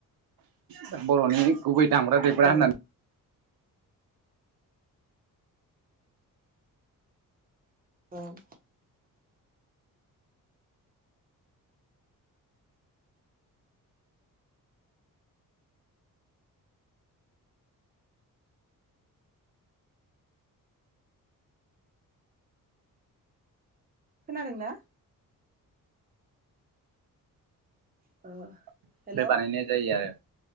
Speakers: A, on the right; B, on the right.
A: दा बर'नि गुबै दामग्रा देग्रा
B: औ
A: होननानै
B: औ। खोनादों ना? ओ
A: ओमफ्राय
B: हेलौ
A: बानायनाय जायो आरो।